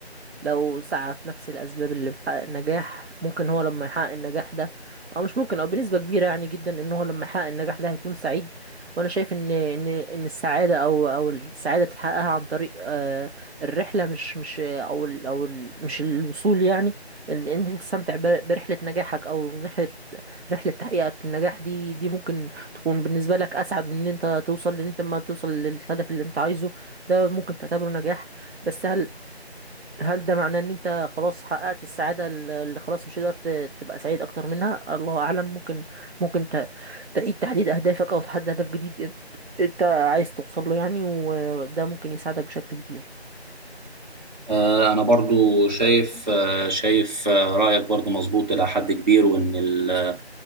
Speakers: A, on the right; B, on the right.
A: لو سعى في نفس الاسباب اللي بتحقق النجاح ممكن هو لما يحقق النجاح ده او مش ممكن او بنسبه كبيره يعني جدا ان هو لما يحقق النجاح ده هيكون سعيد وانا شايف ان ان ان السعاده او او السعاده تحققها عن طريق آه، الرحله مش مش او ال او ال مش الوصول يعني ان انت تستمتع ب- برحله نجاحك او رحله رحله تحقيقك للنجاح دي دي ممكن تكون بالنسبه لك اسعد من ان انت توصل لان انت ما توصل للهدف اللي انت عايزه ده ممكن تعتبره نجاح بس هل هل ده معناه ان انت خلاص حققت السعادة الل- اللي خلاص مش هتقدر ت- تبقى سعيد اكتر منها الله اعلم ممكن ممكن ت- تعيد تحديد اهدافك او تحدد هدف جديد انت إنت عايز توصل له يعني وده ممكن يساعدك بشكل كبير
B: آه، أنا برضو شايف آه، شايف آه، رأيك برضو مظبوط إلى حد كبير وإن ال-